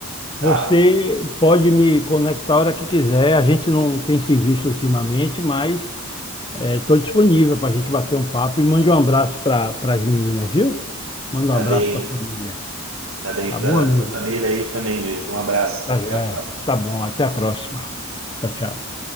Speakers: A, on the right; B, on the left.
A: Tá,
B: Você pode me conectar a hora que quiser. A gente não tem se visto ultimamente, mas estou disponível para a gente bater um papo e mande um abraço para as meninas, viu? Manda
A: tá
B: um abraço
A: bem,
B: para a família.
A: tá bem
B: Tá
A: para
B: bom, amigo?
A: tua família aí também, Luiz. Um abraço.
B: Tá joia.
A: Até a próxima.
B: Tá bom, até a próxima. Tchau, tchau.